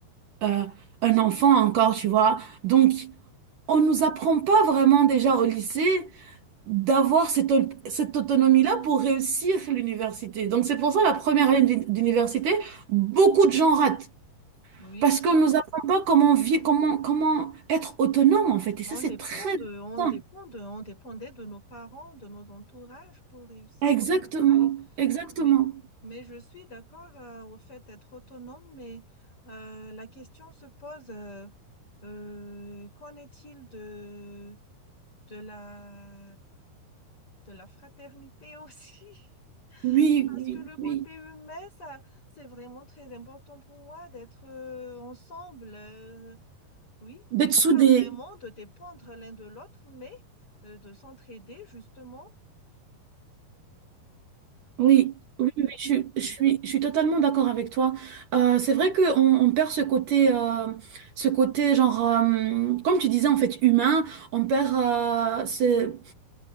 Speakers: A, on the right (about 60°); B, on the left (about 35°).
A: euh, un enfant encore, tu vois. Donc, on nous apprend pas vraiment déjà au lycée d'avoir cette, au- cette autonomie-là pour réussir l'université. Donc, c'est pour ça la première année d'uni- d'université, beaucoup de gens ratent.
B: oui.
A: Parce qu'on nous apprend pas comment vivre, comment, comment être autonome, en fait. Et ça,
B: On
A: c'est
B: dépend
A: très
B: de, on
A: important.
B: dépend de, on dépendait de nos parents, de nos entourages pour réussir,
A: Exactement,
B: tout ça. Et-
A: exactement.
B: mais, mais je suis d'accord euh, au fait d'être autonome, mais euh, la question se pose, euh, euh, qu'en est-il de, de la, de la fraternité aussi? <laughs>
A: Oui,
B: Parce
A: oui,
B: que le côté
A: oui.
B: humain, ça, c'est vraiment très important pour moi d'être euh, ensemble. euh, oui,
A: D'être
B: mais
A: soudé.
B: pas vraiment de dépendre l'un de l'autre, mais euh, de s'entraider justement pour...
A: Oui, oui, oui,
B: Oui,
A: je, suis, je suis je suis totalement d'accord avec toi. Euh, c'est vrai qu'on on perd ce côté, euh, ce côté genre, euh, comme tu disais, en fait, humain. On perd euh, ce-